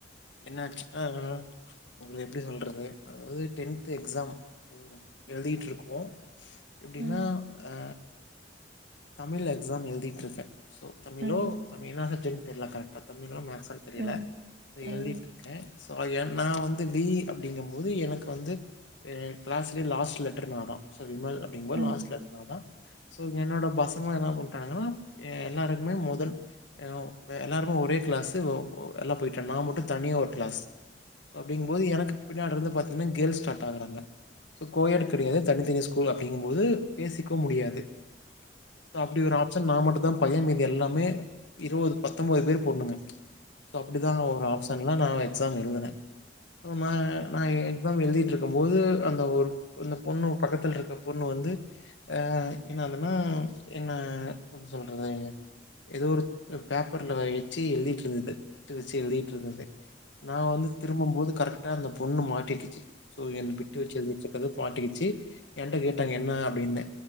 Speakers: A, on the left; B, on the right.
A: என்ன ஆச்சுனா உங்களு எப்டி சொல்றது அதாவது டென்த் எக்ஸாம் ம் எழுதிட்ருக்கோ எப்டின்னா
B: ம்,
A: ஆ தமிழ் எக்ஸாம் எழுதிட்ருக்க சோ தமிழோ
B: ம்,
A: தமிழ் ஆஹ டென்த் எல்லா கரெக்டா தமிழோ மேக்ஸா தெரியல
B: ம்,
A: இப்ப
B: ம்,
A: எழுதிட்ருக்க சோ ஏ நா வந்து பி இ அப்டிங்கும் போது எனக்கு வந்து ஏ கிளாஸ்லயே லாஸ்ட் லெட்டர் நா தா சோ விமல் அப்டிங்கம் போது
B: ம், ம்,
A: லாஷ்ட் லெட்டர் நா தா சோ என்னோட பசங்க என்ன பண்ட்டாங்கனா எ ஆ எல்லாருக்குமே மொதல் ஆ எல்லாருமே ஒரே கிளாஸு ஓ எல்லா போயிட்டு நா மட்டு தனியா ஒரு கிளாஸ் சோ அப்டிங்கும்போது எனக்கு பின்னாடி இருந்து பாத்தீங்கனா கேர்ள்ஸ் ஸ்டார்ட் ஆகுறாங்க சோ கோயடு கெடையாது தனித்தனி ஸ்கூ ல் அப்டிங்கும்போது பேசிக்கவு முடியாது சோ அப்டி ஒரு ஆப்ஷன் நா மட்டுந்தா பைய மீது எல்லாமே இருவது பத்தொம்போது பேர் பொண்ணுங்க சோ அப்டிதா ஒரு ஆப்ஷன்லா நா எக்ஸாம் எழுதுனே சோ நா நா எக்ஸாம் எழுதி ட்டு இருக்கும்போது அந்த ஒரு அந்த பொண்ணு பக்கத்துல இருக்க பொண்ணு வந்து ஆ என்னாங்கன்னா ம் என்ன எப்டி சொல்றது ஏதோ ஒரு ஆ பேப்பர்ல வச்சு எழுதிட்ருந்தது பிட்டு வச்சு எழுதிட்ருந்தது நா வந்து திரும்பும் போது கரெக்டா அந்த பொண்ணு மாட்டிக்கிச்சு சோ ஏ பிட்டு வச்சு எழுதிட்ருக்கறத மாட்டிக்கிச்சு என்ட்ட கேட்டாங்க என்ன அப்டின்னு